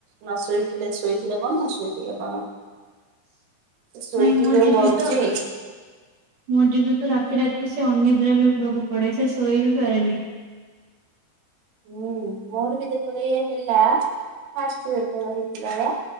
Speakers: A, on the right; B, on the right.
A: ନ ଶୋଇଥିଲେ ଶୋଇଥିଲେ କଣ ନ ଶୋଇଥିଲେ କଣ। ଶୋଇ
B: ନାଇଁ ମୋ
A: କି ଯୋଉ
B: ଦିଦି
A: ଗଡ଼ୁଚି।
B: ତ ମୋ ଦିଦି ତ ରାତି ରାତି ସେ ଅନିଦ୍ରା ବି ହବାକୁ ପଡ଼େ ସେ ଶୋଇ ବିି ପାରେନି।
A: ହୁଁ ମୋର ବି ଯେତେବେଳେ ଇଏ ହେଲା, ଫାଷ୍ଟ ଯେତେବେଳେ ହେଇଥିଲା ବା